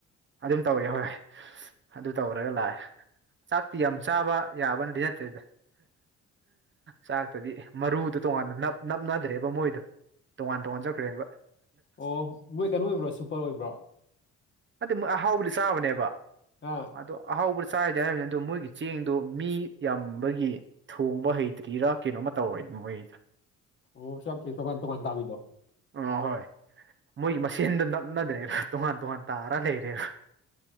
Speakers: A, on the right (about 40°); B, on the left (about 40°).
A: ꯑꯗꯨꯝ ꯇꯧꯋꯦ ꯍꯣꯏꯣꯏ ꯑꯗꯨ ꯇꯧꯔꯒ ꯂꯥꯛꯑꯦ ꯆꯥꯛꯇꯤ ꯌꯥꯝ ꯆꯥꯕ ꯌꯥꯕꯅꯗꯤ ꯅꯠꯇ꯭ꯔꯦꯗ ꯆꯥꯛꯇꯗꯤ ꯃꯔꯨꯗꯣ ꯇꯣꯉꯥꯟꯅꯞ ꯅꯞꯅꯗ꯭ꯔꯦꯕ ꯃꯣꯏꯗꯣ ꯇꯣꯉꯥꯟ ꯇꯣꯉꯥꯟ ꯆꯠꯈ꯭ꯔꯦꯕ
B: ꯑꯣ ꯃꯣꯏ ꯀꯩꯅꯣ ꯑꯣꯏꯕ꯭ꯔꯣ ꯁꯨꯄꯔ ꯑꯣꯏꯕ꯭ꯔꯣ
A: ꯑꯗꯨ ꯃꯣꯏ ꯑꯍꯥꯎꯕꯗꯤ ꯆꯥꯕꯅꯦꯕ
B: ꯑ
A: ꯑꯗꯣ ꯑꯍꯥꯎꯕ ꯆꯥꯏꯗ ꯍꯥꯏꯔꯕꯅꯤ ꯑꯗꯣ ꯃꯣꯏꯒꯤ ꯆꯦꯡꯗꯣ ꯃꯤ ꯌꯥꯝꯕꯒꯤ ꯊꯣꯡꯕ ꯍꯩꯇ꯭ꯔꯤꯔꯥ ꯀꯩꯅꯣꯝꯃ ꯇꯧꯔꯦ ꯃꯣꯏꯗ
B: ꯎ ꯁꯝ ꯊ ꯇꯀꯥꯟ ꯇꯣꯀꯥꯟ ꯇꯗꯣ
A: ꯑꯍꯣꯏ ꯃꯣꯏꯒꯤ ꯃꯁꯦꯟꯗ ꯅꯞꯅꯗ꯭ꯔꯦꯕ ꯇꯣꯉꯥꯟ ꯇꯣꯉꯥꯟ ꯇꯥꯔ ꯂꯩꯔꯦꯕ